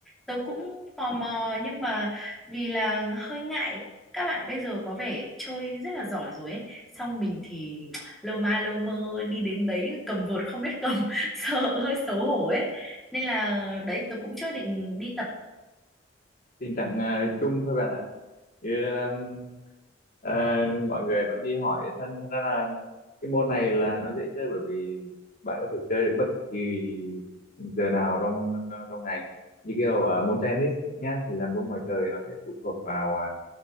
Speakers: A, in the centre; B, on the left (about 50°).
A: Tớ cũng tò mò nhưng mà vì là hơi ngại các bạn bây giờ có vẻ chơi rất là giỏi rồi ấy. Xong mình thì <tsk> lâu ma lâu mơ đi đến đấy cầm vợt không biết cầm. <laughs> sợ hơi xấu hổ ấy nên là đấy tôi cũng chưa định đi tập
B: tình trạng ờ, chung thôi bạn ạ như um, ờ, mọi người vẫn đi hỏi sân thật ra là cái môn này là nó dễ chơi bởi vì bạn có thể chơi được bất kỳ giờ nào trong trong ngày như kiểu ờ, môn tennis nhá thì là môn ngoài trời nó sẽ phụ thuộc vào à,